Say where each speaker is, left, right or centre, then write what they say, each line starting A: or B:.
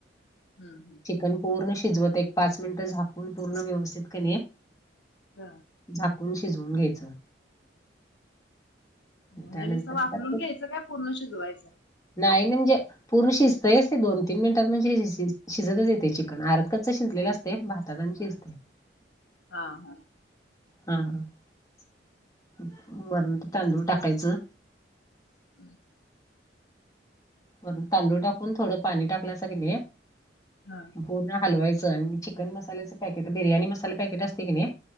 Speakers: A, on the left; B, on the left.
A: हम्म हम्म.
B: पूर्ण शिजवत एक पाच मिनिट झाकून पूर्ण व्यवस्थित की नाही
A: हा
B: झाकुन शिजवून घ्यायचं.
A: म्हणजे
B: त्यानंतर
A: नुसत वाफलून
B: त्यात ते
A: घ्यायचं काय, पूर्ण शिजवायचं?
B: नाही म्हणजे पूर्ण शिजतयच ते दोन, तीन मिनिटात म्हणजे शिजतच येतय चिकन, आर्ध कच्च शिजलेलं असतय, भातात आणि शि शिजतंय.
A: हा, हा.
B: हा, हा, वरन‌ ते तांदूळ टाकायचं
A: <inaudible>
B: वरन तांदूळ टाकून, थोडं पाणी टाकल्यासा की नाही
A: हा.
B: पूर्ण हलवायचं आणि चिकन मसाल्याचं पॅकेट, बिर्याणी मसाले पॅकेट असतय की नाही